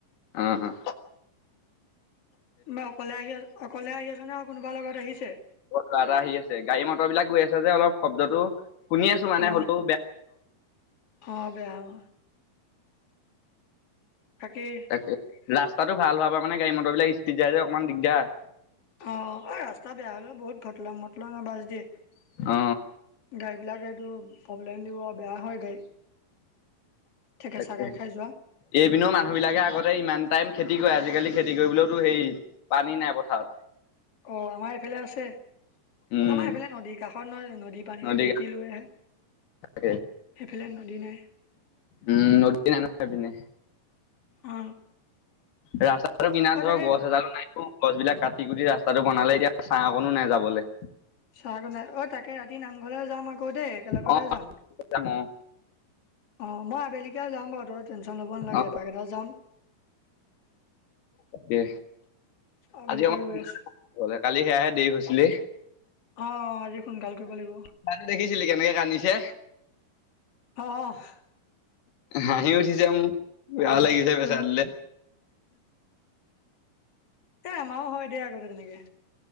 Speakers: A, on the left; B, on the left.
A: অঁ অঁ
B: বা অকলে আহি আছ অকলে আহি নে আছে কোনোবা লগত আহিছে
A: লগত লৰা এটা আহি আছে গাড়ী মটৰ বিলাক গৈ আছে যে অলপ শব্দটো শুনি আছো মানে
B: অ
A: হলেও বেয়া।
B: অ বেয়া অ বাকী
A: তাকে ৰাস্তাতটো ভাল হোবাৰ পৰা মানে গাড়ী মটৰ বিলাক ইস্পিড যায় যে অকণমান দিগদাৰ।
B: অ এই ৰাস্তা বেয়া হলেও বহুত ভটলং মটলং আৱাজ দিয়ে।
A: অ
B: গাড়ী বিলাকে এইটো প্ৰব্লেম দিব বেয়া হয় গাড়ী ঠেকেচা
A: তাকে
B: খাই খাই যোৱা
A: এইপিনেও মানুহ বিলাকে আগতে ইমান টাইম খেতি কি কয় আজিকালি খেতি কৰিবলৈওতো হেই পানী নাই পথাৰত
B: অ আমাৰ এইফালে আছে
A: উম
B: আমাৰ এইফালে নদীৰ কাষত নহয় যানো নদীৰ পানীটো
A: নদী
B: ভেটি লৈ আহে
A: থাকে
B: সেইফালে ন দিনাই।
A: উম নদী নাই নহয় এইপিনে
B: অ
A: ৰাস্তা। আৰু কিনাৰ
B: অ
A: ধৰ
B: তাকে
A: গছ এডালো নাই গছ বিলাক কাটি কুটি ৰাস্তাটো বনালে এতিয়া ছাহ অকণো নাই যাবলে।
B: চাহক নাই অ তাকে ৰাতি নামঘৰলৈ যাম আক দেই একেলগতে
A: অ
B: যাম
A: যাম অ
B: অ মই আবেলিকে যাম বাৰু টেনচন ল'ব নালাগে
A: অ
B: এটাইকেটা যাম
A: তাকে
B: আবেলিকে
A: আজি অকন
B: গৈ
A: সোনকালে
B: আছো
A: কালি সেয়াহে দেৰি হৈছিলে।
B: অ সোনকাল কৰিব লাগিব
A: কালি দেখিছিলি কেনেকে কান্দিছে।
B: অঁ--হ
A: হাঁহিও উঠিছে মো, বেয়াও লাগিছে বেচেৰা
B: উম
A: তুলে।
B: এ আমাও হ'য় দিয়া আগতে তেনেকে।